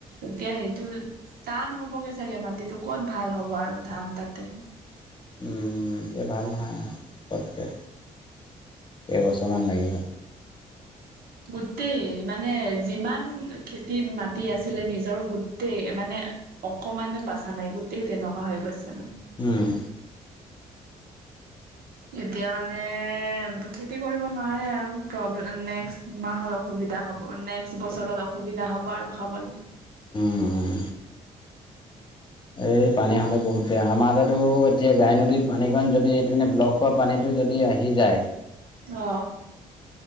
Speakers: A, on the right; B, on the left.
A: এতিয়া সেইটো টান হ'বগে চাগে মাটিটো ক'ত ভাল হ'ব আৰু ধান তাতে
B: উম যে ভাল নহয় পতকে এবছৰমান লাগিব।
A: গোটেই মানে যিমান খেতি মাটি আছিলে নিজৰ গোটেই মানে অকমানো বাচা নাই গোতেই তেনেকুৱা হৈ গৈছে। মানে
B: হম।
A: এতিয়া মানে খেতি কৰিব নোৱাৰে আৰু প্ৰব্লেম নেক্সট মাহত অসুবিধা হ'ব নেক্সট বছৰত অসুবিধা হ'ব। খ'ব আৰু খাবলৈঁ
B: উম। এই পানী হ'লে বহুত বেয়া আমাৰ তাতো এতিয়া গাই নদীৰ পানীখন যদি এইপিনে ব্লক হোৱা পানীতো যদি আহি যায়
A: অ